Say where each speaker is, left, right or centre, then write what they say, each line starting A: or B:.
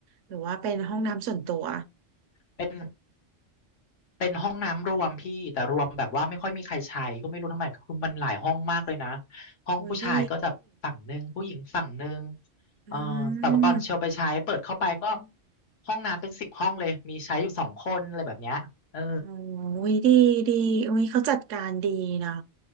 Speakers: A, on the right (about 80°); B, on the left (about 75°).
A: หรือว่าเป็นห้องน้ำส่วนตัว
B: เป็นเป็นห้องน้ำรวมพี่ แต่รวมแบบว่าไม่ค่อยมีใครใช้ก็ไม่รู้ทำไมคือมันหลายห้องมากเลยนะห้องผู้ชายก็จะฝั่งหนึ่งผู้หญิงฝั่งหนึ่ง
A: โอ้ยดีอื
B: เออแต่ว่าตอนเชลไปใช้เปิดเข้าไปก็
A: ม
B: ห้องน้ำเป็นสิบห้องเลยมีใช้อยู่สองคนอะไรแบบเนี้ยเออ
A: โอ้ยดีดีโอ้ยเขาจัดการดีเนาะ